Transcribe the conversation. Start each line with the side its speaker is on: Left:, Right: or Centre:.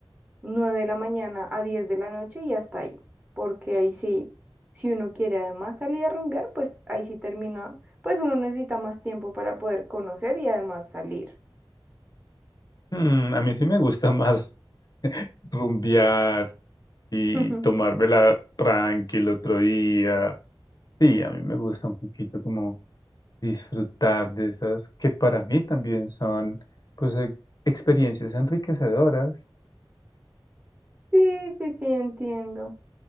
Right: 9 de la mañana a 10 de la noche y hasta ahí. Porque ahí sí, si uno quiere además salir a rumbear, pues ahí sí termina, pues uno necesita más tiempo para poder conocer y además salir.
Left: Mm, a mí sí me gusta más <laughs> rumbear, y
Right: <laughs>
Left: tomármela tranqui el otro día. Sí, a mí me gusta un poquito como disfrutar de esas que para mí también son pues e- experiencias enriquecedoras.
Right: Sí, sí, sí, entiendo.